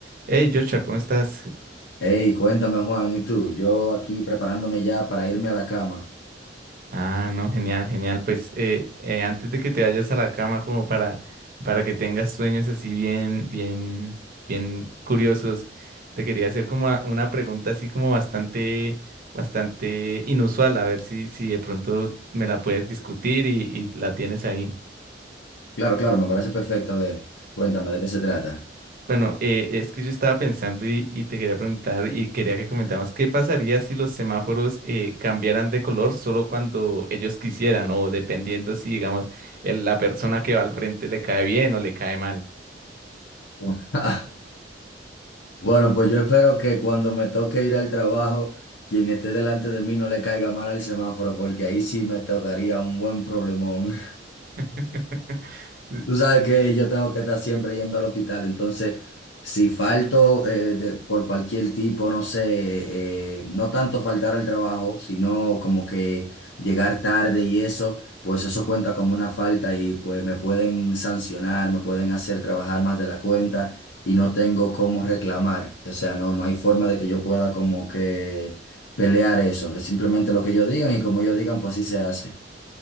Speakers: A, on the right; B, on the left.
A: Hey, Joshua, ¿cómo estás?
B: Hey, cuéntame Juan, ¿y tú? Yo aquí preparándome ya para irme a la cama.
A: Ah, no, genial, genial. Pues eh, eh, antes de que te vayas a la cama, como para, para que tengas sueños así bien, bien, bien curiosos, te quería hacer como a- una pregunta así como bastante, bastante inusual, a ver si, si de pronto me la puedes discutir y, y la tienes ahí.
B: Claro, claro, me parece perfecto. A ver, cuéntame de qué se trata.
A: Bueno, eh, es que yo estaba pensando y, y te quería preguntar y quería que comentaras, ¿qué pasaría si los semáforos eh, cambiaran de color solo cuando ellos quisieran o dependiendo si, digamos, el- la persona que va al frente le cae bien o le cae mal?
B: <laughs> Bueno, pues yo espero que cuando me toque ir al trabajo, quien esté delante de mí no le caiga mal al semáforo, porque ahí sí me tocaría un buen problemón.
A: <laughs>
B: Tú
A: Si
B: sabes que yo tengo que estar siempre yendo al hospital, entonces si falto eh, de- por cualquier tipo, no sé, eh, no tanto faltar al trabajo, sino como que llegar tarde y eso, pues eso cuenta como una falta y pues me pueden sancionar, me pueden hacer trabajar más de la cuenta y no tengo cómo reclamar. O sea, no, no hay forma de que yo pueda como que pelear eso. Es simplemente lo que ellos digan y como ellos digan, pues así se hace.